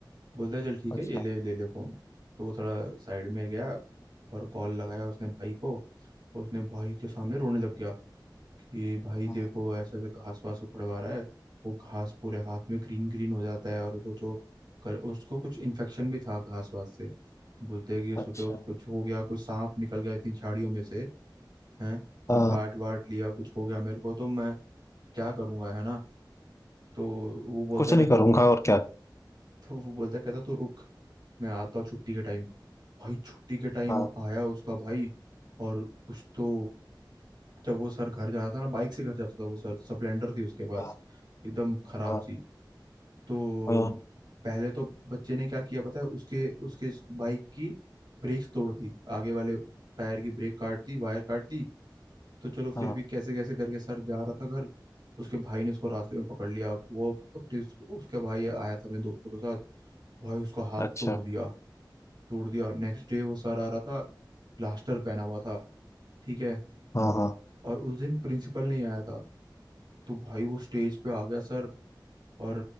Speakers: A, on the right; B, on the left.
A: बोलता है चल ठीक
B: अच्छा
A: है ये ले ले ले फोन तो वो थोड़ा साइड में गया और कॉल लगाया उसने भाई को तो उसने भाई के सामने रोने लग गया कि भाई
B: हाँ
A: देखो ऐसे ऐसे घास वास उखड़वा रहा है वो घास पूरे हाथ में ग्रीन ग्रीन हो जाता है और सोचो कल उसको कुछ इन्फेक्शन भी था घास वास से बोलते हैं कि सोचो
B: अच्छा
A: कुछ हो गया कुछ सांप निकल गया इतनी झाड़ियों में से हैं और
B: हाँ
A: काट वाट लिया कुछ हो गया मेरे को तो मैं क्या करूंगा है ना तो वो बोलता
B: कुछ
A: कहता
B: नहीं करूंगा और क्या
A: तो वो बोलता कहता तू रुक मैं आता हूँ छुट्टी के टाइम भाई छुट्टी के टाइम
B: हाँ
A: आया उसका भाई और कुछ तो जब वो सर घर जाता था ना बाइक से घर जाता था वो सर स्प्लेंडर थी उसके पास
B: हाँ
A: एकदम खराब
B: हाँ
A: सी तो
B: हाँ
A: पहले तो बच्चे ने क्या किया पता है उसके उसके बाइक की ब्रेक्स तोड़ दी आगे वाले टायर की ब्रेक काट दी वायर काट दी तो चलो फिर
B: हाँ,
A: भी कैसे कैसे करके सर जा रहा था घर उसके भाई ने उसको रास्ते में पकड़ लिया वो अपने उसके भाई आया था अपने दोस्तों के साथ भाई उसका हाथ
B: अच्छा
A: तोड़ दिया तोड़ दिया नेक्स्ट डे वो सर आ रहा था प्लास्टर पहना हुआ था ठीक है
B: हाँ हाँ
A: और उस दिन प्रिंसिपल नहीं आया था तो भाई वो स्टेज पे आ गया सर और